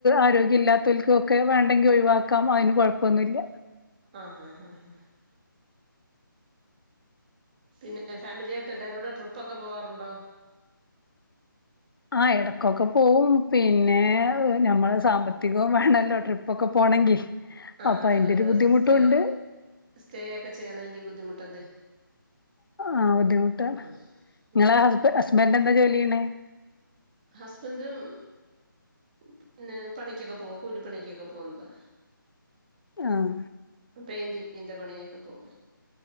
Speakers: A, on the left (about 80°); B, on the right (about 25°).
A: ആരോഗ്യമില്ലാത്തവൽക്കൊക്കെ വേണ്ടെങ്കിൽ ഒഴിവാക്കാം. അതിന് കുഴപ്പൊന്നുംമില്ല
B: ആഹ് ഹാ ആഹ് ഹാ പിന്നെ ഫാമിലിയായിട്ട് എല്ലാരൂടെ ട്രിപ്പൊക്കെ പോവാറുണ്ടോ?
A: ആഹ് എടക്കൊക്കെ പോവും പിന്നെ
B: ഉം
A: ഞമ്മളെ സാമ്പത്തികോം വേണല്ലോ ട്രി പ്പൊക്കെ പോണെങ്കി
B: ആ
A: അപ്പൊ
B: ഒരു
A: അയിൻ്റൊരു
B: ഒരു ദിവസം
A: ബുദ്ധിമുട്ടുണ്ട്.
B: സ്റ്റേ സ്റ്റേ ഒക്കെ ചെയ്യണെങ്കി ബുദ്ധിമുട്ടല്ലേ.
A: ആഹ് ബുദ്ധിമുട്ടാ
B: ആ
A: ഇങ്ങളെ
B: ഉം
A: ഹസ്ബ ഹസ്ബൻ്റെന്താ ജോലിചെയ്യണെ
B: ഹസ്ബൻ്റും പിന്നെ പണിക്കൊക്കെ പോവു കൂലിപ്പണിക്കൊക്കെ പോവുന്നതാ.
A: ആഹ്
B: പെയിന്റിങ്ങിൻ്റെ പണിയൊക്കെ പോവും.